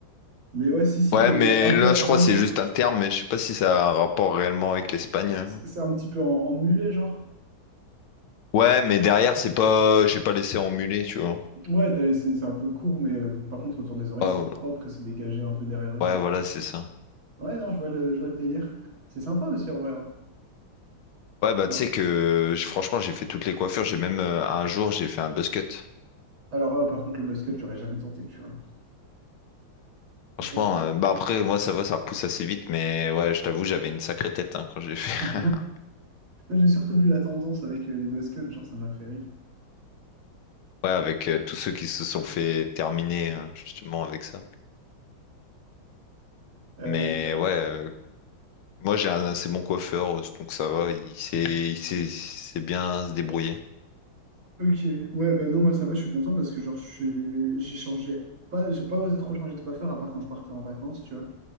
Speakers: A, on the right; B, on the left.
A: Mais ouais, si, si,
B: Ouais,
A: euh,
B: mais
A: un peu...
B: là je crois
A: Un...
B: que c'est juste un terme, mais je sais pas si ça a un rapport réellement avec l'Espagne.
A: C'est c'est un petit peu en, en mulet, genre.
B: Ouais, mais derrière c'est pas, j'ai pas laissé en mulet, tu vois.
A: Ouais, t'as- c'est c'est un peu court, mais euh, par contre, autour des oreilles,
B: Ouais,
A: c'est propre et c'est dégagé un peu derrière aussi,
B: ouais,
A: quoi.
B: voilà, c'est ça.
A: Ouais, non, je vois le, je vois le délire. C'est sympa aussi, en vrai. hein.
B: Ouais, bah,
A: Enfin,
B: tu sais que j- franchement, j'ai fait toutes les coiffures. J'ai même euh, un jour, j'ai fait un buzz cut.
A: alors là, par contre, le buzzcut, j'aurais jamais tenté, tu vois. Je
B: Franchement,
A: pense que...
B: euh, bah après, moi, ça va, ça repousse assez vite. Mais ouais, je t'avoue, j'avais une sacrée tête hein, quand j'ai fait.
A: <laughs>
B: <laughs>
A: Moi, j'ai surtout vu la tendance avec euh, les buzzcuts, genre, ça m'a fait rire.
B: Ouais, avec euh, tous ceux qui se sont fait terminer euh, justement avec ça.
A: Euh,
B: Mais ouais, euh, moi, j'ai un assez bon coiffeur, donc ça va. Il sait, il sait, il sait bien se débrouiller.
A: ok, ouais, bah non, moi, ça va, je suis content parce que, genre, je suis... j'ai changé... Pas, j'ai pas osé trop changer de coiffeur, à part quand je partais en vacances, tu vois.